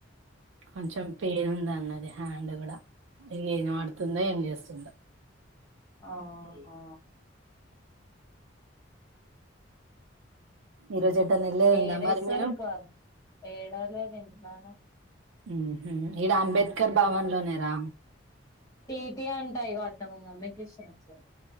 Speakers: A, on the right; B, on the left.
A: కొంచెం పెయిన్ ఉంద అన్నది హ్యాండ్ కూడా ఏం ఆడుతుందో ఏం చేస్తుందో
B: ఆహా
A: ఈ రోజు ఎటన్నా వెళ్ళేది ఉందా
B: ఏడే
A: మరి
B: సారు
A: మీరు
B: కాదు ఏడ లేదు ఇంట్లోనే
A: ఉహు ఈడ అంబేద్కర్ భవన్ లోనేరా
B: టీటీ అంటా ఇగో తమ మమ్మీ కి ఇస్తునాను సార్